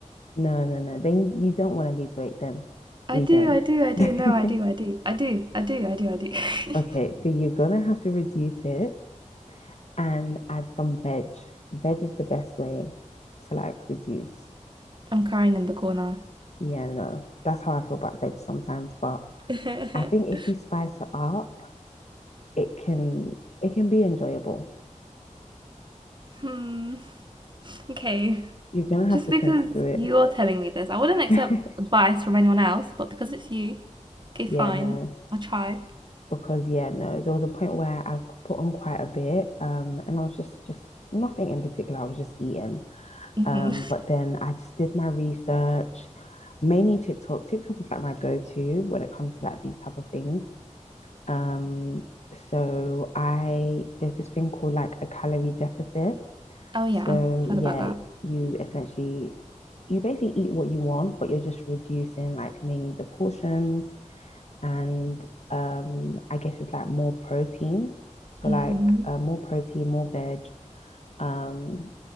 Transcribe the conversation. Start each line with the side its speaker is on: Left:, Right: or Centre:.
Left: no, no, no, then you don't want to lose weight then.
Right: I
Left: You
Right: do,
Left: don't.
Right: I do, I do.
Left: <laughs>
Right: No, I do, I do, I do, I do, I do, I do.
Left: Okay,
Right: <laughs>
Left: so you're gonna have to reduce it and add some veg. Veg is the best way to like reduce.
Right: I'm crying in the corner.
Left: Yeah, no, that's how I feel about veg sometimes. But
Right: <laughs>
Left: I think if you spice it up, it can it can be enjoyable.
Right: hmm. Okay.
Left: You're gonna have
Right: Just
Left: to
Right: because
Left: consider
Right: you're telling me this, I wouldn't accept
Left: it. <laughs>
Right: advice from anyone else, but because it's you, okay, fine.
Left: Yeah, no,
Right: I'll try.
Left: because yeah, no, there was a point where I put on quite a bit, um, and I was just just nothing in particular. I was just eating,
Right: hmm
Left: um, but then I just did my research, mainly TikTok. TikTok is like my go-to when it comes to like these type of things. Um, so I there's this thing called like a calorie deficit.
Right: Oh, yeah.
Left: So
Right: Heard
Left: yeah,
Right: about that.
Left: you essentially you basically eat what you want, but you're just reducing like mainly the portions and um I guess it's like more protein. So
Right: hmm
Left: like uh, more protein, more veg. Um,